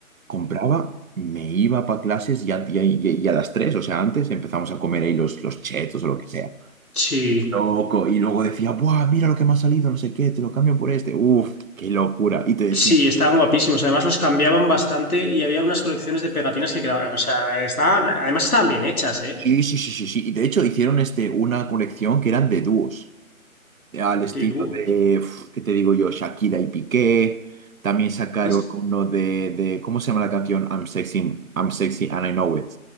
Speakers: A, on the right; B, on the left.
A: Compraba, me iba para clases y a, y a- y a las tres, o sea, antes empezamos a comer ahí los, los chetos o lo que sea.
B: sí.
A: Loco, y luego decía, ¡buah, mira lo que me ha salido, no sé qué, te lo cambio por este! ¡Uf, qué locura! Y te decían,
B: Sí, estaban guapísimos. Además los cambiaban bastante y había unas colecciones de pegatinas que quedaban, o sea, estaban, además estaban bien hechas, ¿eh?
A: sí, sí, sí, sí, sí. Y de hecho hicieron este, una colección que eran de dúos. eh, al estilo
B: De dúos.
A: de, uf, ¿qué te digo yo? Shakira y Piqué. También sacaron
B: Es-
A: uno de, de- ¿cómo se llama la canción? I'm sexy, I'm sexy and I know it.